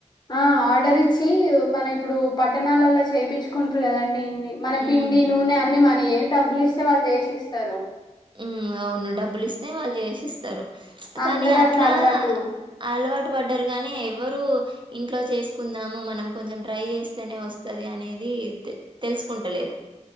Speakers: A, on the left (about 35°); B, on the right (about 40°).
A: ఆ ఆర్డర్ ఇచ్చి మన ఇప్పుడు పట్టణాలలా చేయించుకుంటారు కదాండి ఇన్ని మన
B: ఉమ్
A: పిండి నూనె అన్ని మ ఏం డబ్బులు ఇస్తే వాళ్ళు చేసి ఇస్తారు
B: ఉ అవును డబ్బులు ఇస్తే వాళ్ళు చేసిస్తారు కానీ
A: అందరు
B: అట్లా
A: అలవాటు
B: అలవాటు చట్ పడ్డారు కాగానీ ఎవ్వరు ఇంట్లో చేసుకుందాము మనం కొంచెం ట్రై చేస్తేనే వస్తాది అనేది ఇ తెలుసుకుంటలేరు